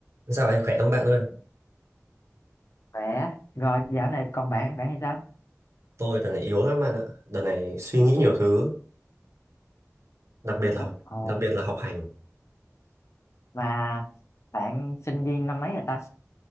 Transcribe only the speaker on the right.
Dạo này khỏe không bạn ơi?
Tôi đợt này yếu lắm bạn ạ. Đợt này suy nghĩ nhiều thứ, đặc biệt
là học,
đặc biệt là học hành.